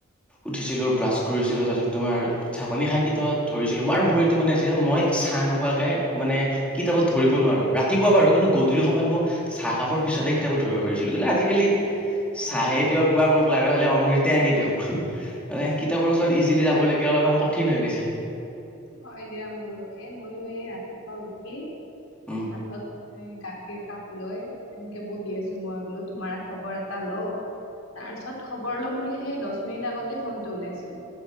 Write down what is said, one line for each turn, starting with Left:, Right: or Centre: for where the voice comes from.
Centre: উঠিছিলোঁ ব্ৰাছ কৰিছিলোঁ তাৰপিছত তোমাৰ চাপানি খাই কিত ধৰিছিলো আৰু মোৰ এইটো মানে আছিলে মই চাহ ন খোৱাকে মানে কিতাপত ধৰিব নোৱাৰো ৰাতিপুৱা বাৰু কিন্তু গধূলি সময়ত মোক চাহ কাপৰ পিছতহে কিতাপত ধৰিব পাৰিছিলো কিন্তু আজিকালি চাহে দিয়ক বা মোক লগা হলে অমৃত আনি দিয়ক মানে কিতাপৰ ওচৰত ইজিলি যাবলৈকে অলপমান কঠিন হৈ গৈছে
Left: হয় দিয়া মোৰো এ মইয়ো এই ৰাতিপুৱা উঠি এ
Centre: উম
Left: হাতত এ গাখীৰ কাপ লৈ এনেকে বহি আছো মই বোলো তোমাৰ খবৰ এটা লও তাৰ পিছত খবৰ লম বুলি সেই দহ মিনিট আগতে ফোনটো ওলাইছিলো